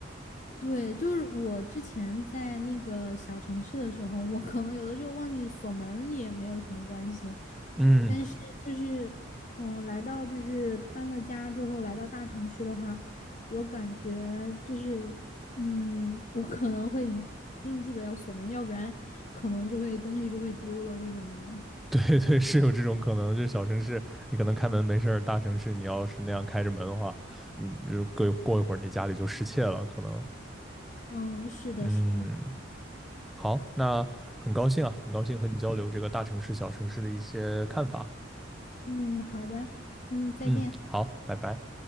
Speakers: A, on the left; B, in the centre.
A: 对，就是我之前在那个小城市的时候，我可能有的时候忘记锁门也没有什么关系，
B: 嗯，
A: 但是就是，嗯，来到就是搬了家之后来到大城市的话，我感觉就是，嗯，我可能会一定记得要锁门，要不然可能就会东西就会丢了或者什么的。
B: <laughs> 对对，是有这种可能。就是小城市你可能开门没事儿，大城市你要是那样开着门的话，你就过一过一会儿你家里就失窃了，可能。
A: 嗯，是的，
B: 嗯
A: 是的，
B: 好，那很高兴啊，很高兴和你交流这个大城市、小城市的一些看法。
A: 嗯，好的，嗯，再见。
B: 嗯，好，拜拜。